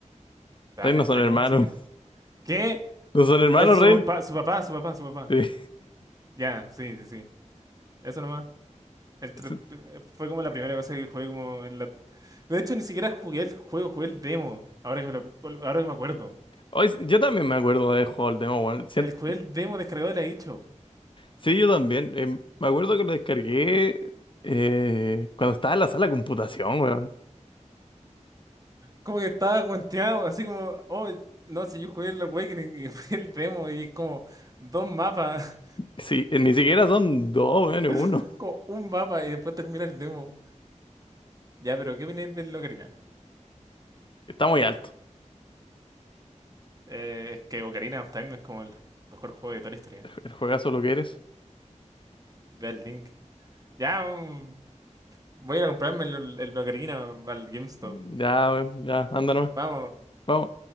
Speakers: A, on the right (about 30°); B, on the left (about 40°).
A: ¿Está,
B: Ren
A: está
B: no son hermanos.
A: Chrome siquiera? ¿Qué?
B: <laughs> ¿No son hermanos,
A: El, su,
B: Ren?
A: pa- su papá, su papá, su papá.
B: Sí.
A: Ya, sí, sí, sí. Eso nomás. El tre-
B: <laughs>
A: eh, fue como la primera cosa que jugué como en la... De hecho, ni siquiera jugué el juego, jugué el demo. Ahora que me, lo- ahora que me acuerdo.
B: Hoy, yo también me acuerdo de juego al demo, weón. Sien-
A: El jugué el demo descargado de la eShop.
B: Sí, yo también. Em, me acuerdo que lo descargué eh, cuando estaba en la sala de computación, weón.
A: como que estaba cuenteado, así como, oh, no, si yo jugué el Awakening y <laughs> fue el demo y es como dos mapas,
B: Sí, eh, ni siquiera son dos, weón, es uno.
A: <laughs> como un mapa y después termina el demo. Ya, pero ¿qué opináis del Ocarina?
B: Está muy alto.
A: Eh, es que Ocarina of Time es como el mejor juego de toda la historia.
B: El juegazo lo que eres.
A: Ve el link. Ya, mm, voy a ir a comprarme el, el Ocarina al GameStop.
B: Ya, weón, ya, anda nomás.
A: Vamos.
B: Vamos.